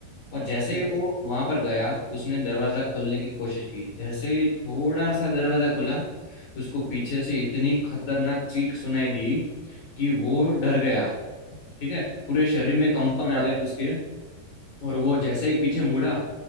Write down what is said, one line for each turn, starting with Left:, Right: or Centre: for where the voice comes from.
Left: और जैसे
Right: ठीक
Left: ही वो
Right: है
Left: वहां पर गया उसने दरवाजा खोलने की कोशिश की जैसे ही थोड़ा सा दरवाजा खुला उसको पीछे से इतनी खतरनाक चीख सुनाई दी कि वो डर गया ठीक है पूरे शरीर में कंपन
Right: अच्छा
Left: आ गए उसके और वो जैसे ही पीछे मुड़ा